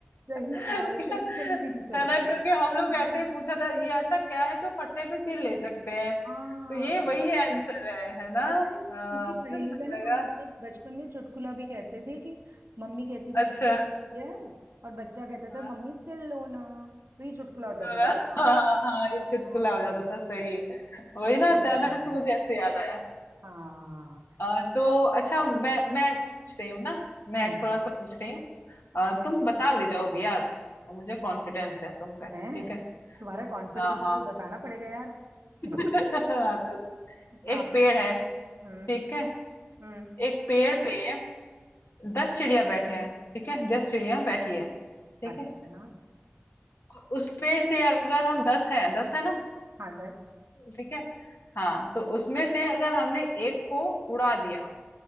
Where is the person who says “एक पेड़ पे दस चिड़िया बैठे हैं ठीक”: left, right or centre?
Left